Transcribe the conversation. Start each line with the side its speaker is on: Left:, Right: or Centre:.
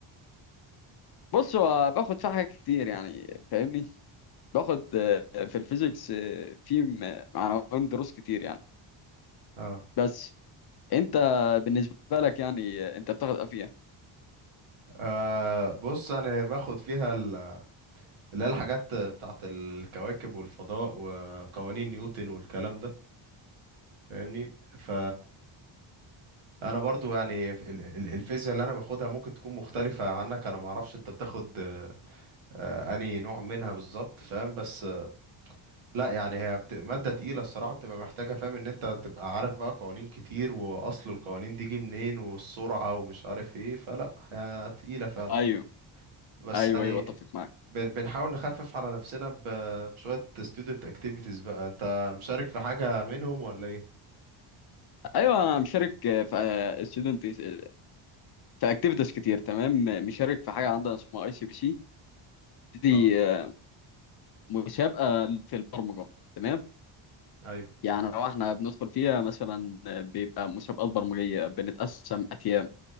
Left: بص هو باخد فيها حاجات كتير يعني فاهمني باخد آه، في الفيزيكس آه، في م- عناوين دروس كتير يعني
Right: اه
Left: بس انت بالنسبة لك يعني آه، انت بتاخد افيه
Right: آه، بص انا باخد فيها ال- اللي هي الحاجات بتاعت الكواكب والفضاء وقوانين نيوتن والكلام ده فاهمني ف انا برضو يعني ال- ال- الفيزياء اللي انا باخدها ممكن تكون مختلفة عنك انا ما اعرفش انت بتاخد آه، آه، انهي نوع منها بالظبط فاهم بس لا يعني هي بت... مادة تقيلة الصراحة بتبقى محتاجة فاهم ان انت تبقى عارف بقى قوانين كتير واصل القوانين دي جه منين والسرعة ومش عارف ايه فلا هي تقيلة فعلا
Left: ايوه
Right: بس
Left: ايوه
Right: يعني
Left: ايوه اتفق معاك
Right: بن... بنحاول نخفف على نفسنا ب... بشوية student activities بقى انت مشارك في حاجة منهم ولا ايه؟
Left: ايوه انا مشارك آه، في ستودنت في اكتيفيتيز كتير تمام مشارك في حاجه عندنا اسمها اي سي بي سي دي
Right: اه
Left: آه، مسابقه في البرمجه تمام
Right: ايوه
Left: يعني لو احنا بندخل فيها مثلا بيبقى مسابقات برمجية بنتقسم أتيام